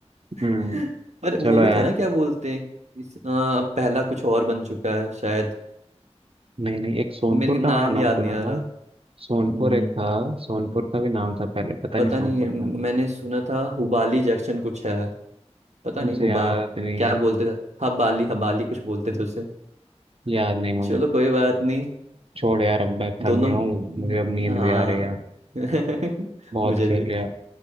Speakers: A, on the right (about 55°); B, on the right (about 80°).
A: हम्म
B: <laughs> पर वो
A: चलो
B: भी
A: यार
B: था ना क्या बोलते हैं इस, आ, अब पहला कुछ और बन चुका है शायद
A: नहीं नहीं एक सोनपुर
B: मेरे को
A: का
B: नाम
A: मैंने नाम
B: याद
A: सुना
B: नहीं आ
A: था
B: रहा
A: सोनपुर
B: हम्म
A: एक था सोनपुर का भी नाम था पहले पता
B: पता
A: नहीं सोनपुर
B: नहीं
A: था
B: मैंने सुना था हुबाली जंक्शन कुछ है पता
A: मुझे
B: नहीं हुबा
A: याद नहीं
B: क्या
A: है
B: बोलते थे हबाली हबाली कुछ बोलते थे उसे
A: याद नहीं मुझे
B: चलो कोई बात नहीं
A: छोड़ यार अब मैं
B: दोनों
A: थक गया हूँ मुझे अब नींद
B: हाँ
A: भी आ रही है
B: <laughs>
A: बहुत
B: मुझे
A: खेल
B: भी
A: लिया